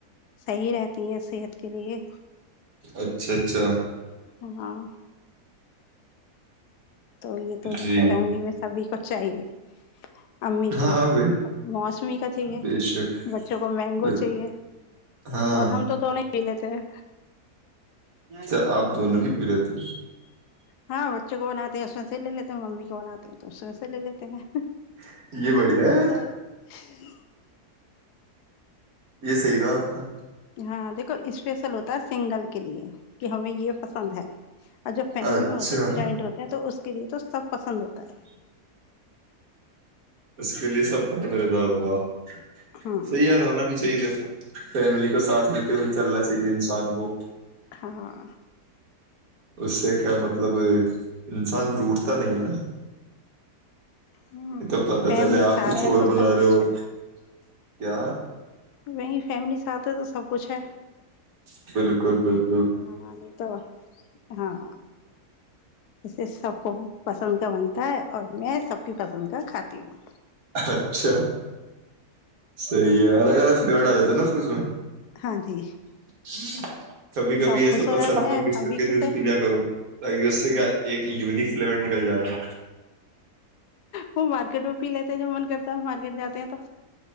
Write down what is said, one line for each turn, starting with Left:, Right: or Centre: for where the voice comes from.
Left: صحیح رہتی ہیں صحت کے لیے
Right: اچھا اچھا
Left: ہاں تو یہ تو
Right: جی
Left: فیملی میں سبھی کچھ چاہیے امی
Right: ہاں
Left: کو
Right: بے
Left: موسمی کا چاہیے
Right: بے شک
Left: بچوں کو مینگو
Right: بے-
Left: چاہیے
Right: ہاں
Left: اور ہم تو دونوں پی لیتے ہیں
Right: اچھا آپ دونوں ہی پی لیے تو
Left: ہاں بچوں کو بناتے ہیں اس سے لے لیتے ہیں ممی کو بناتے ہیں تو اس میںے سے لے لیتے ہیں
Right: ہو یہ بڑھیا ہے
Left: تو ج <inaudible>
Right: یہ صحی تھا آپ کا
Left: ہاں دیکھو اسپیشل ہوتا ہے سنگل کے لیے کہ ہمیں یہ پسند ہے اور جب فیملی
Right: اچھا
Left: میں ہوتے ہیں جوائنٹ ہوتے ہیں تو اس کرے تو سب پسند ہوتا ہے
Right: بلی سپ اد ہووا <unintelligible>
Left: ہے ہاں
Right: صحیح یار ہونا بھی چاہیے دیکھو فیملی کو ساتھ لیتے ہوئے چلنا چاہیے انسان کو
Left: ہاں
Right: اس سے کیا مطلب انسان روٹ تو نہیں ہے نا
Left: ہ
Right: یہ تو پتا
Left: فیملی
Right: چلے آپ
Left: ساتھ
Right: کچھ
Left: ہے
Right: اور
Left: تو سب
Right: بنا رہے
Left: کچھ
Right: ہو
Left: ہے
Right: کیا
Left: وہیں فیملی ساتھ ہے تو سب کچھ ہے
Right: چل بالل بالک
Left: ہاں نہیں تو ہاں ایے سب کو پسند کا بنتا ہے اور میں سب کی پسند کا کھاتی ہوں
Right: اچھا صحیح ہے الگ الگ فلیور آ جاتا نا فرج میں
Left: ہاں جی
Right: جی کبھی کبھی
Left: سب
Right: ایسا
Left: خوش
Right: ہوتا
Left: ہو جاتے
Right: سب کا
Left: ہیں
Right: بسر
Left: ہم بھی
Right: کے
Left: خوش
Right: جوس
Left: ہیں
Right: کلر کرو تاکہ اس سے کیا ایک یونک پ نکل جائے گا
Left: وہ مارکیٹ میں پی لیتے جو من کرتا مارکیٹ جاتے ہیں تو